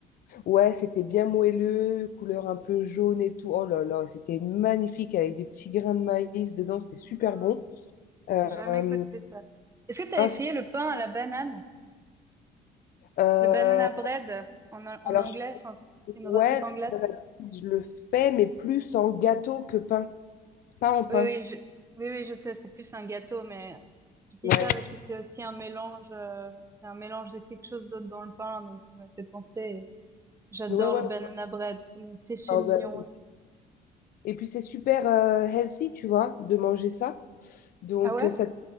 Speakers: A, on the left; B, on the right.
A: Ouais, c'était bien moelleux, couleur un peu jaune et tout. Oh là là, c'était magnifique avec des petits grains de maïs dedans. C'était super
B: Hmm,
A: bon. Euh,
B: j'ai jamais goûté ça. Est-ce que t'as
A: ah,
B: essayé
A: c'est-
B: le pain à la banane?
A: euh,
B: Le banana bread en, en
A: alors,
B: anglais? Enfin, c'est une
A: ouais,
B: recette
A: le
B: anglaise?
A: pain à la pizza, je le fais, mais plus en gâteau que pain. Pas en pain.
B: Oui, oui, je, oui, oui, je sais, c'est plus un gâteau, mais je dis
A: Ouais.
B: ça parce que c'est aussi un mélange, euh, c'est un mélange de quelque chose d'autre dans le pain, donc ça m'a fait penser. J'adore
A: Ouais, ouais.
B: le
A: ouais.
B: banana bread, c'est mon péché
A: Ah
B: mignon
A: bah, c'est-
B: aussi.
A: et puis c'est super euh, healthy, tu vois, de manger ça. Donc,
B: Ah ouais?
A: euh, ça, te-